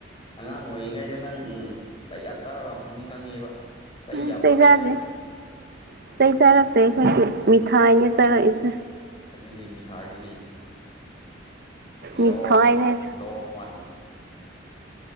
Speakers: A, on the left; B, on the right.
A: ꯑꯉꯥꯡ ꯑꯣꯏꯔꯤꯉꯩꯗ ꯅꯪ ꯎꯝ ꯆꯥꯛ ꯌꯥꯝ ꯆꯥꯔꯒ ꯑꯃ ꯈꯪꯉꯦꯕ ꯆꯩ
B: ꯎꯝ
A: ꯌꯥꯝ
B: ꯀ
A: ꯄꯜꯂꯦꯕ
B: ꯆꯥꯗꯦꯩ ꯆꯥꯔꯛꯇꯦ ꯑꯩꯈꯣꯏ ꯊꯅꯦ ꯆꯔꯏꯁꯦ
A: ꯑꯗꯨꯅꯤ ꯃꯤꯊꯥꯏꯗꯨꯅꯤ
B: ꯃꯤꯊꯥꯏꯅꯦ
A: ꯂꯣꯡ ꯂꯣꯡ ꯋꯥꯟ <unintelligible>